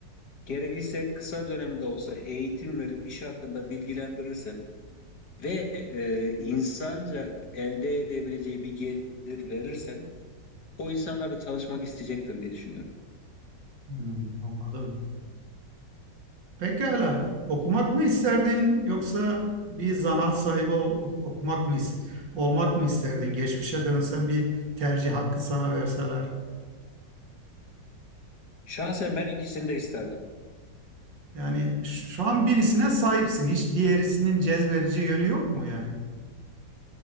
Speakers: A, on the left; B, on the right.
A: gerekirse kısa dönemde olsa eğitim verip iş hakkında bilgilendirirsen ve e, insanca elde edebileceği bir gelir verirsen o insanlar da çalışmak isteyecektir diye düşünüyorum.
B: Hmm, anladım. Pekala. Okumak mı isterdin yoksa bir zanaat sahibi ol- okumak mı is- olmak mı isterdin? Geçmişe dönsen bir tercih hakkı sana verseler.
A: Şahsen ben ikisini de isterdim.
B: Yani şu an birisine sahipsin. Hiç diğerisinin cezbedici yönü yok mu yani?